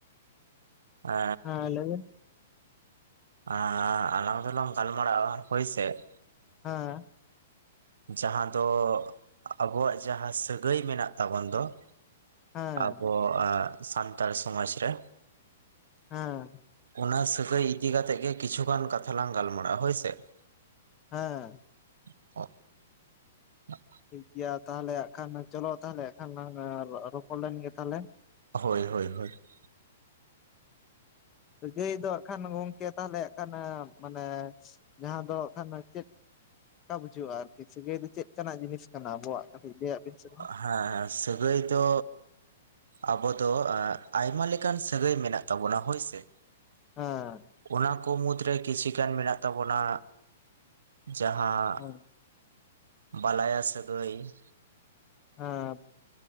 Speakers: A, on the right; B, on the left.
A: ᱮᱻ
B: ᱦᱮᱸ ᱞᱟᱹᱭ ᱵᱮᱱ
A: ᱟᱻ ᱟᱞᱟᱝ ᱫᱚᱞᱟᱝ ᱜᱟᱞᱢᱟᱨᱟᱜᱼᱟ ᱦᱳᱭ ᱥᱮ ᱾
B: ᱦᱮᱸ
A: ᱡᱟᱦᱟᱸ ᱫᱚ ᱟᱵᱚᱣᱟᱜ ᱡᱟᱦᱟᱸ ᱥᱟᱹᱜᱟᱹᱭ ᱢᱮᱱᱟᱜ ᱛᱟᱵᱚᱱ ᱫᱚ ᱾
B: ᱦᱮᱸ
A: ᱟᱵᱚ ᱟ ᱥᱟᱱᱛᱟᱲ ᱥᱚᱢᱟᱡᱽ ᱨᱮ ᱾
B: ᱦᱮᱸ ᱾
A: ᱚᱱᱟ ᱥᱟᱹᱜᱟᱹᱭ ᱤᱫᱤ ᱠᱟᱛᱮᱜ ᱜᱮ ᱠᱤᱪᱷᱩᱜᱟᱱ ᱠᱟᱛᱷᱟ ᱞᱟᱝ ᱜᱟᱞᱢᱟᱨᱟᱜᱼᱟ ᱦᱳᱭ ᱥᱮ ᱾
B: ᱦᱮᱸ ᱾
A: <unintelligible>
B: ᱴᱷᱤᱠ ᱜᱮᱭᱟ ᱛᱟᱦᱚᱞᱮ ᱦᱟᱜ ᱠᱷᱟᱱ ᱪᱚᱞᱚ ᱛᱟᱦᱚᱞᱮ ᱠᱷᱟᱱ ᱞᱟᱝ ᱨᱚᱯᱚᱲ ᱞᱮᱱ ᱜᱮ ᱛᱟᱦᱚᱞᱮ ᱾
A: ᱦᱳᱭ ᱦᱳᱭ ᱦᱳᱭ ᱾
B: ᱥᱟᱹᱜᱟᱹᱭ ᱫᱚ ᱦᱟᱜ ᱠᱷᱟᱱ ᱜᱚᱝᱠᱮ ᱛᱟᱦᱚᱞᱮ ᱦᱟᱜ ᱠᱷᱟᱱ ᱢᱟᱱᱮ ᱡᱟᱦᱟᱸ ᱫᱚ ᱦᱟᱜ ᱠᱷᱟᱱ ᱪᱮᱫ ᱚᱱᱠᱟ ᱵᱩᱡᱷᱟᱹᱜᱼᱟ ᱟᱨᱠᱤ ᱥᱟᱹᱜᱟᱹᱭ ᱫᱚ ᱪᱮᱫ ᱠᱟᱱᱟᱜ ᱡᱤᱱᱤᱥ ᱠᱟᱱᱟ ᱟᱵᱚᱣᱟᱜ? ᱠᱟᱹᱴᱤᱡ ᱞᱟᱹᱭᱟᱜ ᱵᱤᱱ ᱥᱮ ᱵᱟᱝ ᱾
A: ᱦᱮᱸᱻ ᱥᱟᱹᱜᱟᱹᱭ ᱫᱚ ᱟᱵᱚ ᱫᱚ ᱟᱭᱢᱟ ᱞᱮᱠᱟᱱ ᱥᱟᱹᱜᱟᱹᱭ ᱢᱮᱱᱟᱜ ᱛᱟᱵᱚᱱᱟ ᱦᱳᱭ ᱥᱮ ᱾
B: ᱦᱮᱸᱻ ᱾
A: ᱚᱱᱟ ᱠᱚ ᱢᱩᱫᱽ ᱨᱮ ᱠᱤᱪᱷᱤ ᱜᱟᱱ ᱢᱮᱱᱟᱜ ᱛᱟᱵᱚᱱᱟ ᱡᱟᱦᱟᱸ
B: ᱦᱮᱸ
A: ᱵᱟᱞᱟᱭᱟ ᱥᱟᱹᱜᱟᱹᱭ ᱾
B: ᱦᱮᱸ ᱾